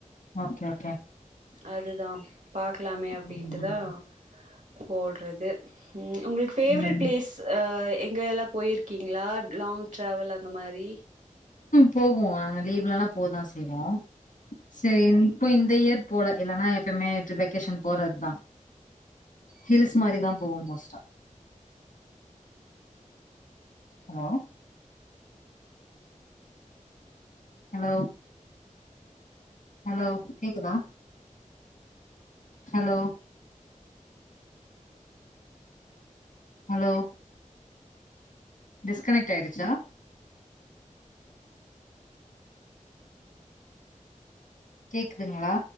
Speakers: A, on the left; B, on the right.
A: ஓகே ஓகே
B: அதுதா பாக்லாமே அப்டின்ட்டுதா
A: ம்
B: போட்றது ம் உங்ளுக்கு ஃபேவ்ரட்
A: ம்
B: ப்ளேஸ் எங்கெயெல்லா பொயிருக்கீங்ளா லாங் ட்ராவல் அந்த மாரி
A: போகுவோ நாங்க லீவ்லல்லா போதா செய்வோ சரி இப்போ இந்த இயர் போல இல்லன்னா எப்பய்மே இட் வெக்கேஷன் போறத்தா ஹில்ஸ் மாரிதான் போவோ மோஸ்ட்டா ஹலோ ஹலோ ஹலோ கேக்குதா ஹலோ ஹலோ டிஸ்கனைக்ட் ஆயிடுச்சா கேக்குதுங்ளா